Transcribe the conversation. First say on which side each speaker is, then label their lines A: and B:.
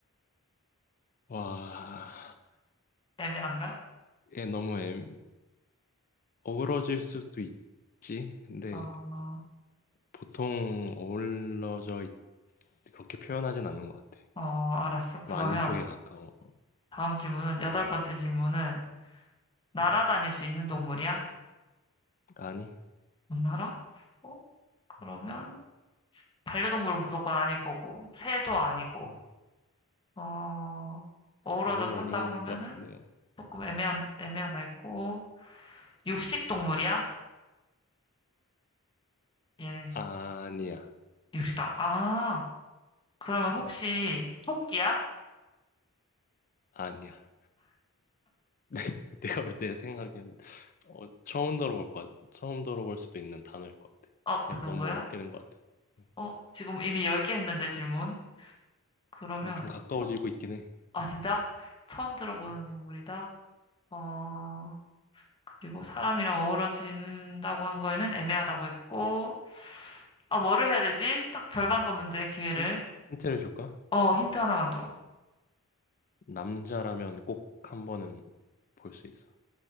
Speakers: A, on the left (about 40°); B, on the left (about 25°).
A: 와,
B: 애매한가?
A: 얘 너무 애, 어우러질 수도 있지. 근데
B: 어,
A: 보통 어우러져, 있- 그렇게 표현하진 않는 것 같아.
B: 어, 알았어. 그러면
A: 뭐 아닌 쪽에 가까워.
B: 다음 질문은, 여덟 번째 질문은, 날아다닐
A: 음,
B: 수 있는 동물이야?
A: 아니.
B: 못 날아? 어, 그러면,
A: 음,
B: 반려동물은 무조건 아닐 거고, 새도 아니고,
A: 음.
B: 어, 어우러져
A: 어, 너무
B: 산다고
A: 어려운
B: 하면은,
A: 것 같은데요.
B: 조금 애매한, 애매하다 했고, 육식 동물이야? 얘네,
A: 아니야,
B: 육식당 아, 그러면 혹시 토끼야?
A: 아니야. 네, <laughs> 내가 볼 때 생각에는 어, 처음 들어볼 것 같아. 처음 들어볼 수도 있는 단어일 것 같아.
B: 어, 그
A: 내가
B: 정도야?
A: 너무 어렵게 된 것 같아. 어,
B: 어, 지금 이미 10개 했는데 질문. 그러면
A: 근데 좀 가까워지고
B: 토,
A: 있긴 해.
B: 아
A: 음,
B: 진짜? 처음 들어보는
A: 음.
B: 동물이다. 어, 그리고 사람이랑 어우러진다고 한 거에는 애매하다고 했고. 아, 뭐를 해야 되지? 딱 절반 썼는데 기회를.
A: 힌, 힌트를 줄까?
B: 어, 힌트 하나만 줘.
A: 남자라면 꼭 한 번은 볼 수 있어.